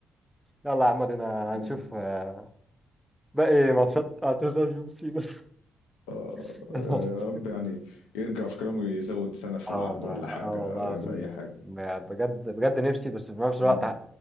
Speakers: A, in the centre; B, on the left (about 80°).
A: يلا يا عم ادينا
B: بقى
A: هنشوف آه، باقي ماتشات هتسأل جون سينا
B: آه،
A: <laughs>
B: يا رب يعني يرجع في كلامه يزود سنة في
A: اه
B: العقد
A: والله
B: ولا
A: اه
B: حاجة
A: والله
B: ولا يعمل
A: لازم
B: أي حاجة
A: بجد بجد نفسي بس في نفس
B: اه
A: الوقت